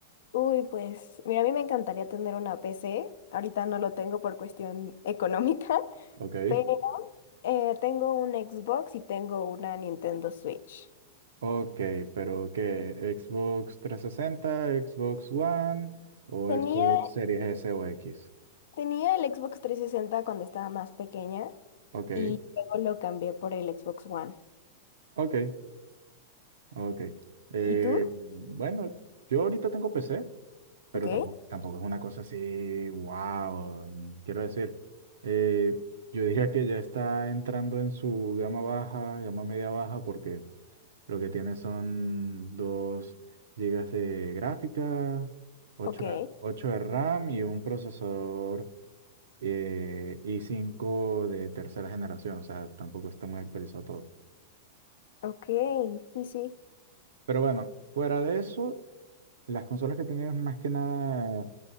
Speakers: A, on the left; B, on the right.
A: Uy, pues mira, a mí me encantaría tener una PC. Ahorita no lo tengo por cuestión económica, <laughs>
B: Ok,
A: pero eh, tengo un Xbox y tengo una Nintendo Switch.
B: ok, pero ¿qué? ¿Xbox trescientos sesenta, Xbox One o
A: Tenía,
B: Xbox Series S o X?
A: tenía el Xbox trescientos sesenta cuando estaba más pequeña
B: Ok,
A: y luego lo cambié por el Xbox One.
B: ok, ok. Eh,
A: ¿Y tú?
B: bueno, yo ahorita tengo PC. pero
A: Ok,
B: tampoco, tampoco es una cosa así, wow, quiero decir, eh, yo diría que ya está entrando en su gama baja, gama media baja, porque lo que tiene son 2 gigas de gráfica, ocho
A: ok,
B: de 8 de RAM y un procesador eh, i cinco de tercera generación, o sea, tampoco está muy actualizado todo.
A: ok, sí, sí,
B: Pero bueno, fuera de eso, las consolas que he tenido es más que nada...